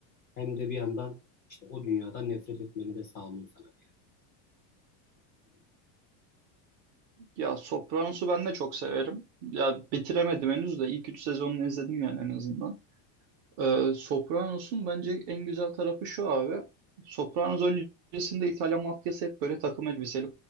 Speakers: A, on the left; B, on the right.
A: hem de bir yandan işte o dünyadan nefret etmeni de sağlıyor sana.
B: Ya Sopranos'u ben de çok severim. Ya bitiremedim henüz de ilk 3 sezonunu izledim yani en azından. Ee, Sopranos'un bence en güzel tarafı şu abi. Sopranos öncesinde İtalyan mafyası hep böyle takım elbiseli.